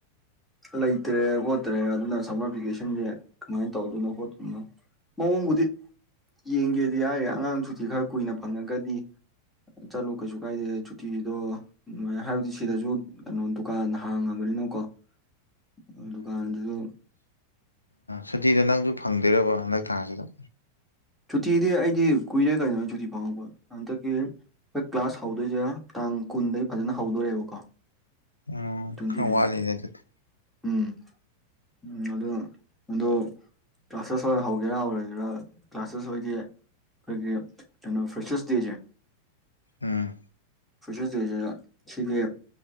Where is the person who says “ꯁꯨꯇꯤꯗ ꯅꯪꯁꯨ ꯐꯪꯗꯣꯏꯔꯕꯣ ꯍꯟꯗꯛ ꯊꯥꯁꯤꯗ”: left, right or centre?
Left